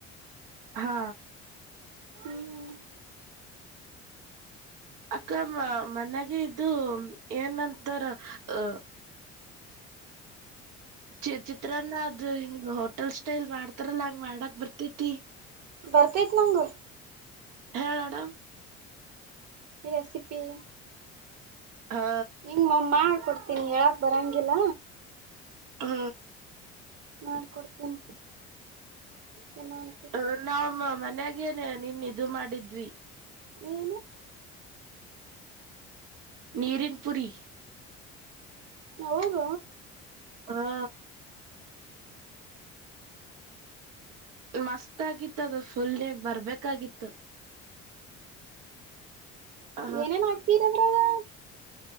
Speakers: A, on the right; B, on the right.
A: ಹಾ
B: ಹ್ಮ್
A: ಅಕ್ಕ ಮನ್ಾಗ ಇದು ಏನಂತಾರ ಅ ಚಿ ಚಿತ್ರಾನ್ನ ಅದು ಹಿಂಗ ಹೋಟೆಲ್ ಸ್ಟೈಲ್ ಮಾಡ್ತಾರಲ್ಲಾ ಹಂಗ್ ಮಾಡಕ್ ಬರ್ತೇತಿ
B: ಬರ್ತೈತ್ ನಂಗ
A: ಹ ಮಾಡಮ <unintelligible>
B: ರೆಸಿಪಿ
A: ಹಾ
B: ನಿಂಗ ಮ ಮಾಡಿಕೊಡ್ತನಿ ತಿನ್ ಹೇಳಾಕ್ ಬರಂಗಿಲ್ಲ
A: ಹಾ
B: ಮಾಡ್ಕೊಡ್ತೀನಿ ತಿನ್ನಂತೆ
A: ಅವ್ರ ನಾವ್ ಮನಿಯಾಗೇ ಹಾಗೇನ ನಿನ್ ಇದು ಮಾಡಿದ್ವಿ
B: ಏನು
A: ನೀರಿನ್ ಪುರಿ
B: ಹೌದ
A: ಹಾ ಮಸ್ತ್ ಆಗಿತ್ತು ಅದು ಫುಲ್ ನೀ ಬರ್ಬೇಕಾಗಿತ್ತು ಆ
B: ಏನೇನು ಹಾಕಿದ್ರಿ ಅದ್ರಾಗ